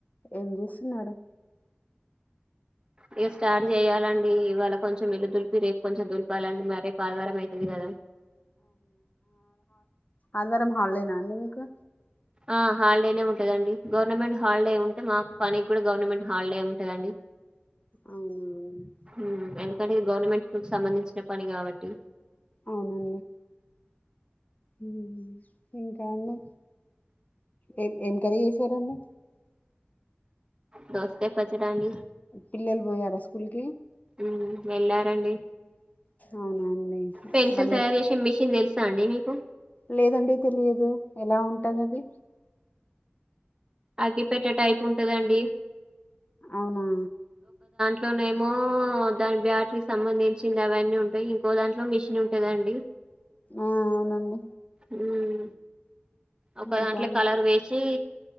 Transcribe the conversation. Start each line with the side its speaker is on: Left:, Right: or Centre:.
Left: ఏం చేస్తున్నారు
Right: ఇగ స్టార్ట్ చెయాలి అండీ ఇవాళ కొంచెం ఇల్లు దులిపి రేపు కొంచెం దులపాలండి మరి రేపు ఆదివారం అయితది గదా
Left: అదివారం హాలిడే న అండీ మీకు
Right: ఆ హాలిడేనే ఉంటుదండి గవర్నమెంట్ హాలిడే ఉంటే మాకు పనికి గుడా గవర్నమెంట్ హాలిడే ఉంటదండి
Left: అవునా
Right: మ్ ఎందుకంటే ఇది గవర్నమెంట్ సంబంధించిన పని కాబట్టి
Left: అవున మ్ ఇంకా అండీ ఏ ఏం కర్రీ చేసారు అండీ
Right: దోసకాయ పచ్చడ అండీ
Left: పిల్లలు బోయారా స్కూల్ కి
Right: మ్ వెళ్ళారు అండీ
Left: అవునా అండి
Right: పెన్సిల్
Left: మళ్ళీ
Right: తయారు చేశే మెషీన్ తెలుసు సా అండీ మీకు
Left: లేదు అండీ తెలియదు ఎలా ఉంటది అది
Right: అగ్గి పెట్టే టైపు ఉంటది అండీ
Left: ఔనా
Right: ట్లోనేమో దాని బ్యాట్రీక్ సంబంధించింది అవన్నీ ఉంటాయి ఇంకో దాంట్లో మిషన్ ఉంటదండి
Left: ఆ ఔనండి
Right: మ్ ఒకదాంట్ల
Left: ఇంకా
Right: కలర్ వేశీ